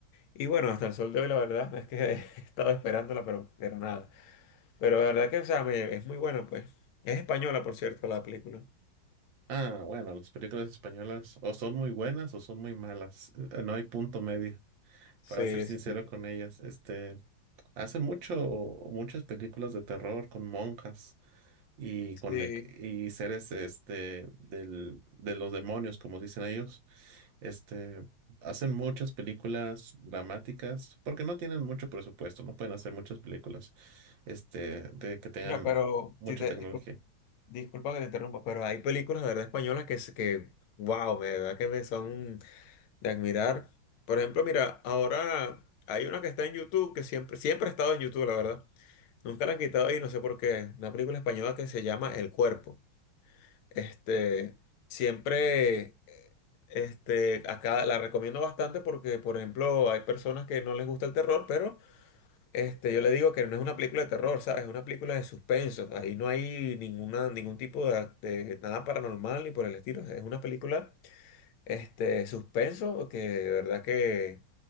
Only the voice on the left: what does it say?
Y bueno, hasta el sol de hoy la verdad es que <laughs> he estado esperándola, pero, pero nada. Pero la verdad que, o sea, me- es muy buena, pues. Es española, por cierto, la película.
Sí,
sí,
sí.
Mira, pero
si te,
discul- disculpa que te interrumpa, pero hay películas de verdad españolas que, se- que wow, me, de verdad que me son de admirar. Por ejemplo, mira, ahora hay una que está en YouTube, que siempre, siempre ha estado en YouTube, la verdad. Nunca la han quitado y no sé por qué. Una película española que se llama El Cuerpo. Este, siempre, eh, este, acá la recomiendo bastante porque, por ejemplo, hay personas que no les gusta el terror, pero este, yo le digo que no es una película de terror, ¿sabes? Es una película de suspenso. Ahí no hay ninguna, ningún tipo de, de nada paranormal ni por el estilo. Es una película, este, suspenso que de verdad que,